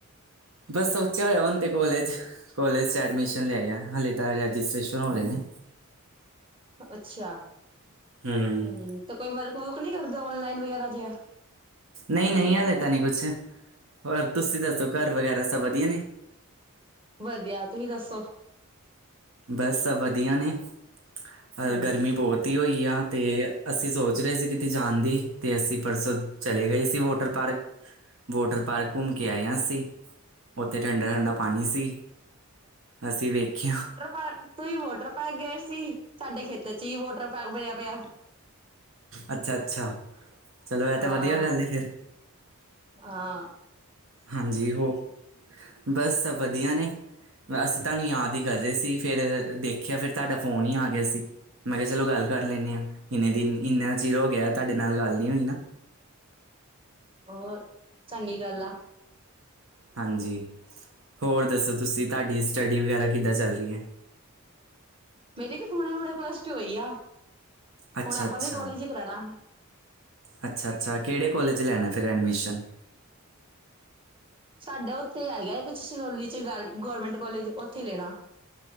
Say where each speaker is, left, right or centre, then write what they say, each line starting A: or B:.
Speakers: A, on the right (about 65°); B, on the right (about 25°).
A: ਬਸ ਸੋਚਿਆ ਹੋਇਆ ਹੁਣ, ਤੇ ਕੋਲੇਜ ਕੋਲੇਜ਼ ਚ ਐਡਮਿਸ਼ਨ ਲਿਆ ਆ, ਹਾਲੇ ਤਾਂ ਰਜਿਸਟ੍ਰੇਸ਼ਨ ਹੋ ਰਹੇ ਨੇ।
B: ਅੱਛਾ,
A: ਹੂੰ
B: ਹੁੰ ਤੇ ਕੋਈ ਵਰਕ ਵੁਰਕ ਨੀ ਕਰਦਾ? ਨਲਾਈਨ ਵਗੈਰਾ ਜੀਆ।
A: ਨਹੀਂ ਨਹੀਂ ਹਾਲੇ ਤਾਂ ਨਹੀਂ ਕੁਛ ਹੋਰ ਤੁਸੀਂ ਦੱਸੋ ਘਰ ਵਗੈਰਾ ਸਭ ਵਧੀਆ ਨੇ।
B: ਵਧੀਆ ਤੁਸੀਂ ਦੱਸੋ।
A: ਬਸ ਸਭ ਵਧੀਆ ਨੇ।
B: ਹਮ
A: ਅ ਗਰਮੀ ਬਹੁਤ ਹੀ ਹੋਈ। ਯਾ ਤੇ ਅਸੀਂ ਸੋਚ ਰਹੇ ਸੀ, ਕਿਤੇ ਜਾਣ ਦੀ ਅਤੇ ਅਸੀਂ ਪਰਸੋਂ ਚਲੇ ਗਏ ਸੀ। ਵੋਟਰ ਪਾਰਕ ਵੋਟਰ ਪਾਰਕ ਘੁੰਮ ਕੇ ਆਏ ਆਂ, ਅਸੀਂ ਉੱਥੇ ਠੰਡਾ-ਠੰਡਾ ਪਾਣੀ ਸੀ। ਅਸੀਂ ਵੇਖਿਆ।
B: ਤੁਹੀਂ ਵੋਟਰ ਪਾਰਕ ਗਏ ਸੀ। ਸਾਡੇ ਖੇਤਾਂ ਚ ਹੀ ਵੋਟਰ ਪਾਰਕ ਬਣਿਆ ਪਿਆ।
A: ਅੱਛਾ -ਅੱਛਾ ਚਲੋ ਇਹ
B: ਹਾਂ
A: ਤਾਂ ਵਧੀਆ ਗੱਲ ਹੈ ਫਿਰ
B: -ਹਾਂ
A: ਹਾਂਜੀ ਹੋਰ ਬਸ ਵਧੀਆ ਨੇ ਅਸੀਂ ਤੁਹਾਨੂੰ ਯਾਦ ਹੀ ਕਰ ਰਹੇ ਸੀ। ਫੇਰ ਦੇਖਿਆ, ਫਿਰ ਤੁਹਾਡਾ ਫੋਨ ਹੀ ਆ ਗਿਆ ਸੀ। ਮੈਂ ਕਿਹਾ ਚਲੋ ਗੱਲ ਕਰ ਲੈਂਣੇ ਆਂ। ਇੰਨੇ ਦਿਨ ਇੰਨਾ ਚਿਰ ਹੋ ਗਿਆ ਤੁਹਾਡੇ ਨਾਲ ਗੱਲ ਨਹੀਂ ਹੋਈ ਨਾ।
B: ਹੋਰ ਚੰਗੀ ਗੱਲ ਆ।
A: ਹਾਂਜੀ ਹੋਰ ਦੱਸੋ ਤੁਸੀ। ਤਾਡੀ ਸਟੱਡੀ ਵਗੈਰਾ ਕਿੱਦਾਂ ਚੱਲ ਰਹੀ ਹੈ।
B: ਮੇਰੇ ਵੀ ਹੂਣੇ ਹੁਣੇ ਪਲੱਸ ਟੂ ਹੋਈ ਆ।
A: ਅੱਛਾ
B: ਹੁਣ ਆਪਾਂ
A: ਅੱਛਾ
B: ਵੀ ਕੋਲਜ ਕਰਾਉਣਾ
A: ਅੱਛਾ ਅੱਛਾ ਕੇੜੇ ਕੋਲੇਜ ਲੈਣਾ ਏ। ਫਿਰ ਐਡਮਿਸ਼ਨ।
B: ਸਾਡਾ ਓਥੇ ਹੈਗਾ ਇੱਕ ਛਛਰੋਲੀ ਚ ਗ ਗੌਰਮੈਂਟ ਕੋਲੇਜ ਓਥੇ ਲੈਣਾ।